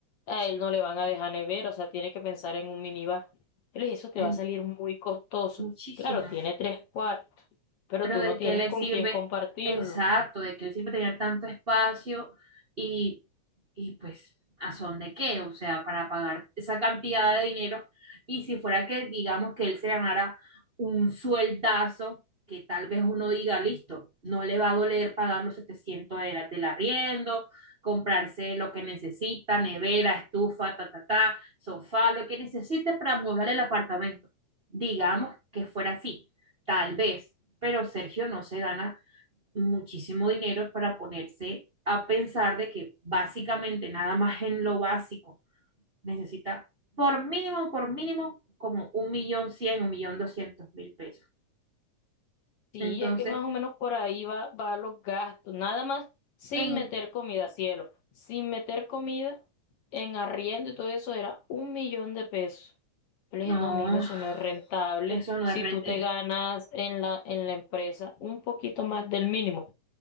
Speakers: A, on the left (about 55°); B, on the right (about 80°).
A: A él no le van a dejar nevera, o sea, tiene que pensar en un minibar. Yo le dije, eso te
B: en
A: va a salir muy costoso.
B: muchísimo.
A: Claro, tiene tres cuartos, pero
B: Pero
A: tú
B: ¿de
A: no tienes
B: qué le
A: con
B: sirve?
A: quién compartirlo.
B: Exacto, ¿de qué le sirve tener tanto espacio y, y pues a son de qué? O sea, para pagar esa cantidad de dinero. Y si fuera que digamos que él se ganara un sueldazo, que tal vez uno diga, listo, no le va a doler pagar los 700 de la, del arriendo, comprarse lo que necesita, nevera, estufa, ta, ta, ta, sofá, lo que necesite para amueblar el apartamento. Digamos que fuera así, tal vez pero Sergio no se gana muchísimo dinero para ponerse a pensar de que básicamente nada más en lo básico necesita por mínimo, por mínimo, como un millón cien, un millón doscientos mil pesos.
A: Sí,
B: Entonces,
A: es que más o menos por ahí va, va los gastos, nada más sin
B: en
A: meter comida, cielo, sin meter comida en arriendo y todo eso era un millón de pesos. Yo le
B: no,
A: dije, no, mijo, eso no es rentable.
B: eso no
A: Si
B: es renta,
A: tú te
B: eh,
A: ganas en la, en la empresa un poquito más del mínimo,